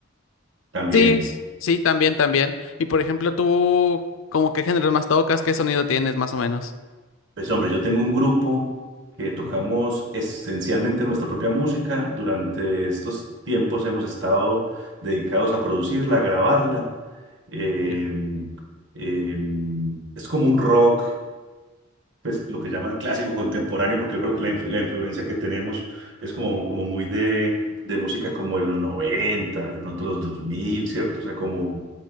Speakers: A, on the right (about 60°); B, on the left (about 75°).
A: también.
B: sí, s- sí, también, también. Y por ejemplo, tú, como qué género más tocas, qué sonido tienes más o menos?
A: Pues hombre, yo tengo un grupo que tocamos
B: Ujú,
A: esencialmente nuestra propia música. Durante estos tiempos hemos estado dedicados a producirla, a grabarla. Eh,
B: Ya.
A: eh, es como un rock, pues lo que llaman clásico contemporáneo, porque yo creo que la, influ- la influencia que tenemos es como, como muy de, de música como de los 90, de pronto los 2000, ¿cierto? O sea, como,